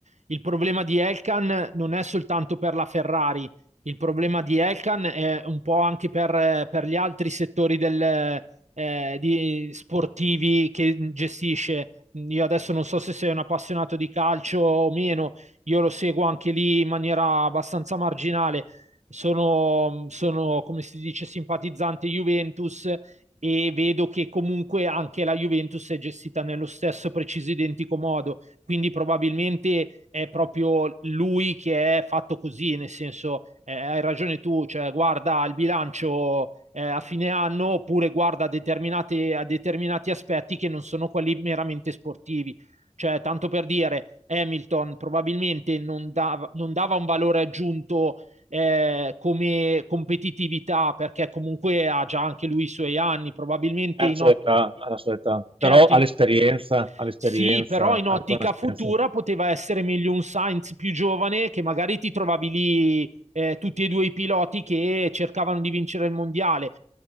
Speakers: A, on the right; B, on the right.
A: il problema di Elkan non è soltanto per la Ferrari, il problema di Elkan è un po' anche per, per gli altri settori del, eh, di- sportivi che gestisce. Io adesso non so se sei un appassionato di calcio o meno, io lo seguo anche lì in maniera abbastanza marginale. Sono, sono, come si dice, simpatizzante Juventus e vedo che comunque anche la Juventus è gestita nello stesso preciso identico modo, quindi probabilmente è proprio lui che è fatto così, nel senso eh, hai ragione tu, cioè guarda il bilancio eh, a fine anno oppure guarda determinate, a determinati aspetti che non sono quelli meramente sportivi. Cioè, tanto per dire, Hamilton probabilmente non dava, non dava un valore aggiunto eh, come competitività, perché comunque ha già anche lui i suoi anni, probabilmente
B: Alla
A: in,
B: sua
A: otto,
B: età, alla sua età,
A: certo
B: però all'esperienza,
A: in,
B: all'esperienza,
A: sì, però in
B: alla
A: ottica
B: conoscenza.
A: futura poteva essere meglio un Sainz più giovane che magari ti trovavi lì eh, tutti e due i piloti che cercavano di vincere il mondiale.